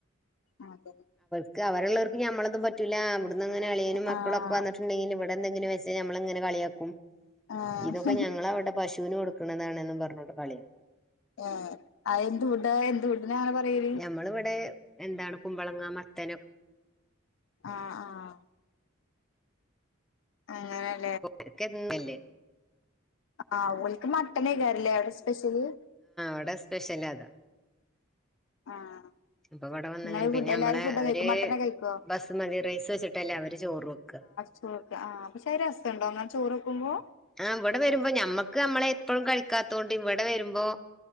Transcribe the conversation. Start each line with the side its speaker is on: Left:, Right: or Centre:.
Left: ആഹ് അതെന്നെ
Centre: ക്ക അവരെള്ളോർക്ക് ഞമ്മളതും പറ്റുല്ല. അവ്ട്ന്ന് ഇങ്ങനെ അളിയനും മക്കളും
Left: ആഹ്
Centre: ഒക്കെ വന്നിട്ട് ഇണ്ടെങ്കിൽ ഇവ്ടെ എന്തെങ്കി വെച്ചഴിഞ്ഞ ഞമ്മളെങ്ങനെ കളിയാക്കും
Left: ആഹ്
Centre: ഇതൊക്കെ ഞങ്ങള അവുടെ പശൂന് കൊട്ക്ക്ണതാണ്ന്നും പറ്ഞ്ഞോണ്ട് കളിയാ
Left: ആഹ് അയെന്ത് ഫുഡാ എന്ത് ഫുഡിനാ അങ്ങനെ പറ്യേല്
Centre: ഇമ്മള് ഇവെടെ എന്താണ് കുമ്പളങ്ങ, മത്തനും
Left: ആഹ് ആഹ് അങ്ങനെ
Centre: പോക്കന്നല്ലേ
Left: ആഹ് ഓൽക്ക് മട്ടനേക്കാരല്ലേ അവ്ടെ സ്പെഷ്യല്
Centre: അവ്ടെ സ്പെഷ്യലതാ
Left: ആഹ്
Centre: ഇപ്പൊ ഇവടെ വന്നങ്ങനെ
Left: നിങ്ങള്
Centre: പിന്നെ
Left: ഫുഡ്
Centre: ഞമ്മളെ
Left: എല്ലാരും ഫുഡ്
Centre: അവര്
Left: കഴിക്കോ മട്ടനെ കഴിക്കോ
Centre: ബസ്മതി റൈസ് വെച്ചിട്ടല്ലേ അവര് ചോറ് വെക്കാ
Left: ചോറെക്കാ ആഹ് പക്ഷേ അഹ് രസണ്ടോ അങ്ങനെ ചോറ് വെക്കുമ്പോ
Centre: ആഹ് ഇവടെ വെരുമ്പോ ഞമ്മക്ക് അമ്മളെ എപ്പഴും കഴിക്കാത്തോണ്ട് ഇവടെ വെരുമ്പോ